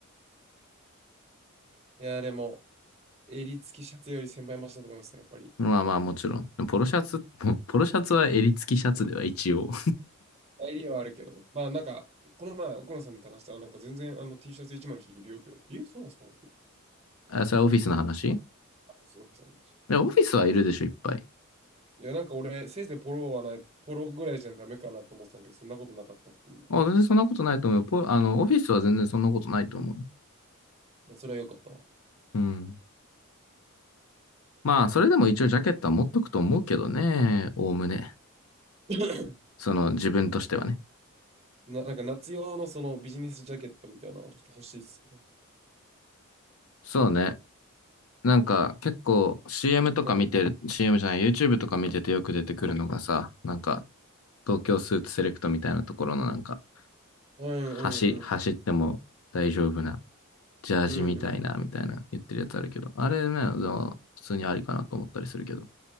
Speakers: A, on the right; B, on the left.
A: いや、でも、襟付きシャツより先輩0 0倍だと思いますよ、やっぱり。
B: まあまあもちろん。ポロシャツ、もうポロシャツは襟付きシャツでは一応。
A: 襟はあるけど。まあ、なんか、この前、奥野さんと話したら、なんか全然あの T シャツ一枚の日いるよって言われて、え、そうなんですかって
B: <laughs> あ、それはオフィスの話い
A: あそうそうそう
B: や、オフィスはいるでしょ、いっぱい。
A: いや、なんか俺、せいぜいポロはない、ポロぐらいじゃダメかなと思ってたんだけど、そんなことなかったっていう。
B: あ、全然そんなことないと思うよ。ポあの、オフィスは全然そんなことないと思う
A: それは良かったわ。
B: うん。まあ、それでも一応ジャケットは持っとくと思うけどね。おおむね。
A: <laughs> <clears throat>
B: その、自分としてはね。
A: な、なんか夏用のそのビジネスジャケットみたいなのはちょっと欲しいっすね。
B: そうね。なんか、結構 CM とか見てる、
A: うん。
B: CM じゃない、YouTube とか見ててよく出てくるのがさ、なんか、東京スーツセレクトみたいなところのなんか、
A: うんうんうん。
B: 走、走っても大丈夫な、ジャージみたいな、
A: うんうん。
B: みたいな言ってるやつあるけど、あれね、でも普通にありかなと思ったりするけど。